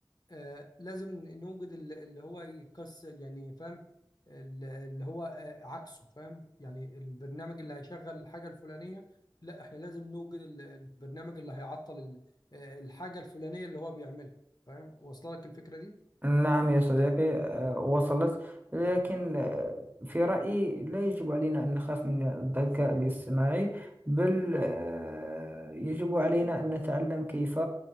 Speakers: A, on the left; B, on the right.
A: آه لازم نوجد ال- اللي هو يكس يعني فاهم ال- اللي هو آه عكسه فاهم يعني البرنامج اللي هيشغل الحاجة الفلانية لا احنا لازم نوجد ال- البرنامج اللي هيعطل ال- آه، الحاجة الفلانية اللي هو بيعملها فاهم واصله لك الفكرة دي
B: نعم يا صديقي آه، وصلت لكن آه، في رأيي لا يجب علينا أن نخاف من الذكاء الاصطناعي بل آه، يجب علينا أن نتعلم كيف